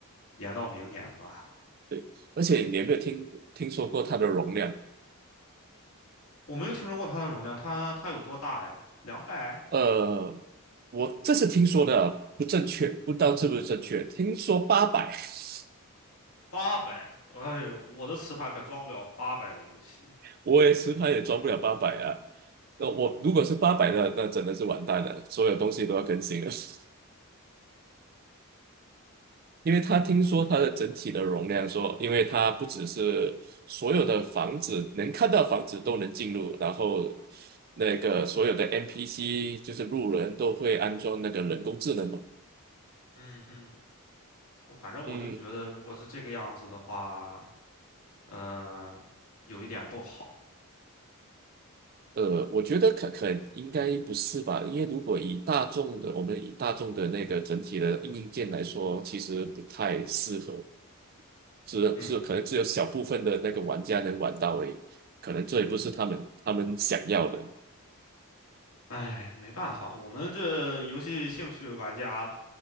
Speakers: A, on the left; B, on the right.
A: 延到明年吧。
B: 对，而且你有没有听听说过它的容量？
A: 我没有听说过它的容量，它它有多大呀？两百、
B: 呃，我这是听说的啊不正确，不知道是不是正确。听说八百，<laughs>
A: 八百？哎呦，我的磁盘可装不了八百的游戏。
B: 我也实拍也装不了八百啊。那我如果是八百的，那真的是完蛋了，所有东西都要更新了。<laughs> 因为他听说它的整体的容量说，因为它不只是所有的房子能看到房子都能进入，然后那个所有的 NPC 就是路人都会安装那个人工智能嘛。
A: 嗯哼，我反正我就觉得，
B: 嗯
A: 如果是这个样子的话，呃，有一点不好。
B: 呃，我觉得可可应该不是吧？因为如果以大众的，我们以大众的那个整体的硬件来说，其实不太适合，只是可能只有小部分的那个玩家能玩到而已，
A: 嗯
B: 可能这也不是他们他们想要的。
A: 嗯，嗯哼，哎，没办法，我们这游戏兴趣玩家。